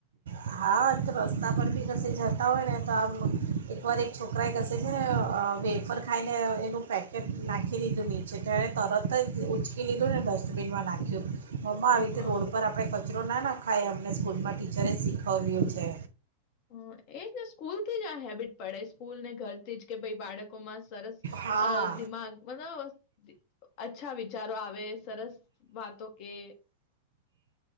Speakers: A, on the right (about 60°); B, on the left (about 45°).
A: હા તો રસ્તા પર બી કસે જતા હોય ને તો આમ એકવાર એક છોકરાએ કસે છે ને વેફર ખાઈને એનું પેકેટ નાખી દીધું નીચે તો એણે તરત જ ઉઊંચકી લીધું ને ડસ્ટબિનમાં નાખ્યું મમ્ આવી
B: ઓહ
A: રીતે
B: વાવ.
A: રોડ પર આપે. <unintelligible> નાખ હાય અમને સ્કૂલમાં ટીચરે શીખવ્યું છે.
B: હ એજ ને સ્કૂલ થી જ આ હેબિટ પડે સ્કૂલ ને ઘર થી જ કે ભાઈ બાળકોમાં સરસ
A: હા
B: અ દિમાગ <unintelligible> અચ્છા વિચારો આવે સરસ વાતો કે